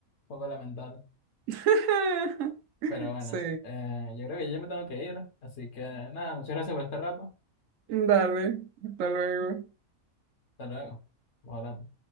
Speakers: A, on the left; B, on the right.
A: poco lamentable.
B: <laughs>
A: Pero bueno,
B: Sí.
A: eh, yo creo que yo ya me tengo que ir. Así que nada, muchas gracias por este rato.
B: Dale, hasta luego.
A: Hasta luego. Vamos hablando.